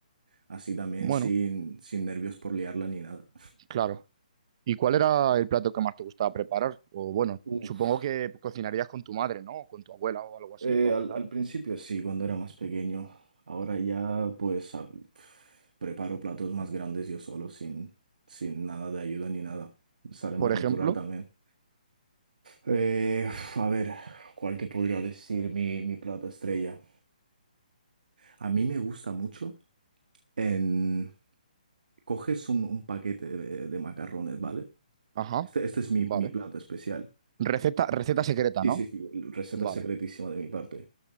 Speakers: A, on the right (about 75°); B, on the right (about 40°).
A: Así también
B: Bueno,
A: sin, sin nervios por liarla ni nada.
B: claro. ¿Y cuál era el plato que más te gustaba preparar? O bueno,
A: <laughs>
B: supongo que cocinarías con tu madre, ¿no? O con tu abuela o algo así,
A: Eh,
B: para
A: al,
B: empezar.
A: al principio sí, cuando era más pequeño. Ahora ya pues ah, pf, preparo platos más grandes yo solo, sin, sin nada de ayuda ni nada. Sale más
B: Por
A: natural
B: ejemplo,
A: también. Eh, a ver, ¿cuál te podría decir mi, mi plato estrella? A mí me gusta mucho en... Coges un, un paquete de, de macarrones, ¿vale?
B: ajá,
A: Este, este es mi,
B: vale.
A: mi plato especial.
B: Receta, receta secreta,
A: Sí,
B: ¿no?
A: sí, sí, receta
B: Vale.
A: secretísima de mi parte.